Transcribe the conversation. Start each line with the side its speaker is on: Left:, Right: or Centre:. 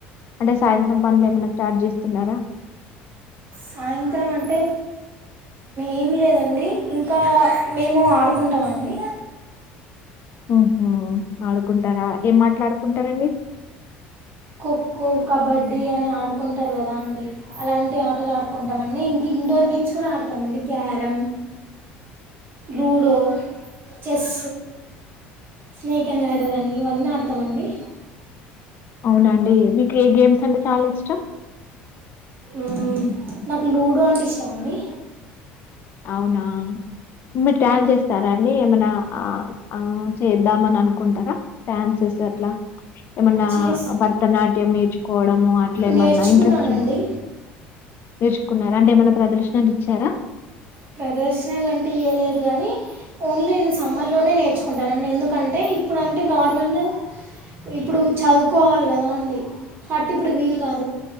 Left: అంటే సాయంత్రం పనులన్ని ఏమన్నా స్టార్ట్ చేస్తున్నారా
Right: సాయంత్రమంటే ఏం లేదండి ఇంకా మేము ఆడుకుంటామండి
Left: ఉహూ ఆడుకుంటారా ఏం మాట్లాడుకుంటారండి
Right: ఖోఖో కబడ్డీ అని ఆడ్కుంటారు కదండి అలాంటి ఆటలు ఆడ్కుంటామండి ఇంకా ఇన్డోర్ గేమ్స్ కూడా ఆడ్తామండి carrom ludo chess snake and ladder అని ఇవన్నీ ఆడ్తామండి
Left: అవునా అండి మీకే గేమ్స్ అంటే చాలా ఇష్టం
Right: ఉహ్ నాకు లూడో అంటే ఇష్టమండి
Left: అవునా మీ డ్యాన్ చేస్ సారండి ఏమైనా ఆ-ఆ చేద్దామననుకుంటారా డ్యాన్సెస్ అట్లా ఏమన్నా
Right: చేస్
Left: భరతనాట్యం నేర్చుకోవడము అట్లేమన్నా
Right: నేర్చుకున్నానండి
Left: ఇంట్రెస్ట్ ఉ నేర్చుకున్నా అంటే ఏమన్నా ప్రదర్శనలిచ్చారా
Right: ప్రదర్శనలంటే ఇయ్యలేదు గానీ ఓన్లీ నేను సమ్మర్లోనే నేర్చుకుంటానండి ఎందుకంటే ఇప్పుడు అంటే నార్మల్ ఇప్పుడు చదువుకోవాలి కదా అండి కాట్టి ఇప్పుడు వీలు కాదు